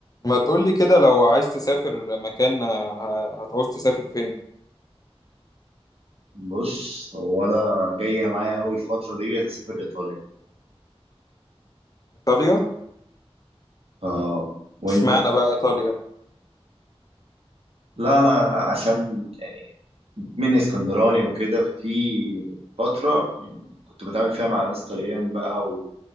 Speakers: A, on the left; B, on the right.
A: ما تقولي كده لو عايز تسافر مكان آه، هتعوز تسافر فين
B: بص هو انا جايه معايا قوي الفتره دي اسافر ايطاليا
A: ايطاليا
B: اه وانت
A: اشمعنى بقى ايطاليا
B: لا انا عشان يعني من اسكندراني وكده ففي فتره يعني كنت بتعامل فيها مع ناس طليان بقى و-